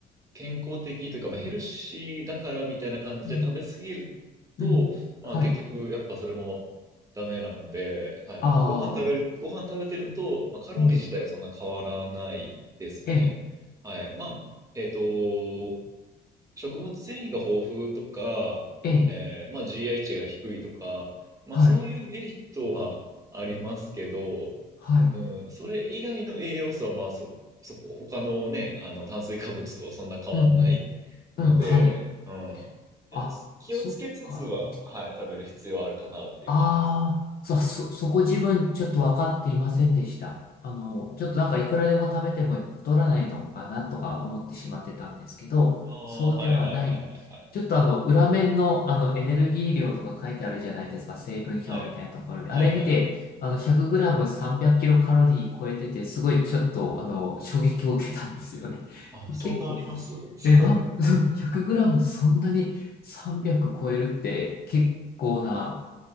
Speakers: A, on the right; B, on the left.
A: 健康的というか、まあ、ヘルシーだからみたいな感じで食べ過ぎると、
B: うん。うん。
A: まあ結局やっぱそれもダメなんで、
B: はい。
A: はい。まあ、
B: あ
A: ご飯食べる、
B: あ。
A: ご飯食べてるのと、まあ、カロリー自体はそんな変わらないですね。
B: うん。ええ。
A: はい。まあ、えっと、食物繊維が豊富とか、
B: ええ。
A: えーまあ、GI 値が低いとか、まあ、
B: はい。
A: そういうメリットはありますけど、
B: はい。
A: うん、それ以外の栄養素は、まあ、そ、そこ、他のね、あの、炭水化物とそんな変わんないので、
B: うん。うん。うん。はい。
A: うん。やっぱ気をつけつつは、
B: あ、そっか。
A: はい、食べる必要はあるかなっていう感じです。
B: ああ、そ、そ、そこ自分ちょっと分かっていませんでした。あの、ちょっとなんかいくらでも食べても太らないのかなとか思ってしまってたんですけど、
A: ああ、
B: そうではない。
A: はいはいはいはいはい。
B: ちょっとあの、裏面のあの、エネルギー量とか書いてあるじゃないですか、成分表みたいなところで。
A: はい、はいはいはい。
B: あれ見て、あの、100g 300キロカロリー超えてて、すごいちょっとあの、衝撃を受けたんですよね。
A: あ、
B: <laughs>
A: そんなあります
B: 結構、
A: <laughs>
B: え、な、<laughs> 100グラムでそんなに300超えるって結構な